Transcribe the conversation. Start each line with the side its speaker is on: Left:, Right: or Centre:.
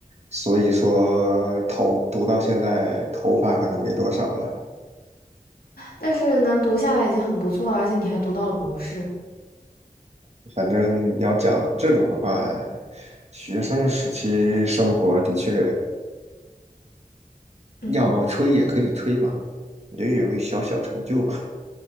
Right: 所以说头读到现在头发可能没多少了。
Left: 但是能读下来已经很不错了，而且你还读到了博士。
Right: 反正你要讲这种的话，学生时期生活的确
Left: 嗯。
Right: 要吹也可以吹嘛，也有一小小成就吧。